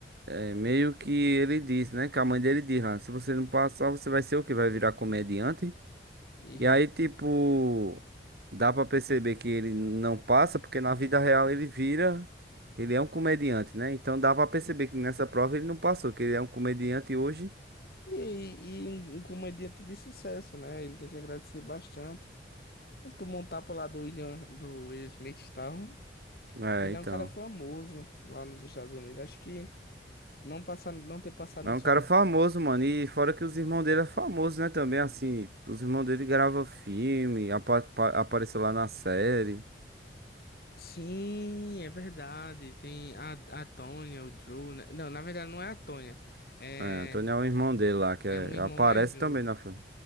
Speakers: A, on the right; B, on the left.
A: é, meio que ele diz, né? Que a mãe dele diz lá, se você não passar, você vai ser o quê? Vai virar comediante?
B: E,
A: E aí, tipo, dá pra perceber que ele não passa, porque na vida real ele vira, ele é um comediante, né? Então dá pra perceber que nessa prova ele não passou, que ele é um comediante hoje.
B: e, e um comediante de sucesso, né? Ele tem que agradecer bastante. Ele tomou um tapa lá do William, do Will Smith e tal.
A: É,
B: Ele
A: então.
B: é um cara famoso lá nos Estados Unidos. Acho que não passar, não ter passado
A: É
B: no Super.
A: um cara famoso, mano. E fora que os irmãos dele é famoso, né? Também, assim, os irmãos dele gravam filme, apa- apa- apareceu lá na série.
B: Sim, é verdade. Tem a, a Tônia, o Drew. né? Não, na verdade não é a Tônia. É.
A: É, Antônio é o irmão dele lá, que
B: É
A: é-
B: um irmão
A: aparece
B: mais novo.
A: também na filme.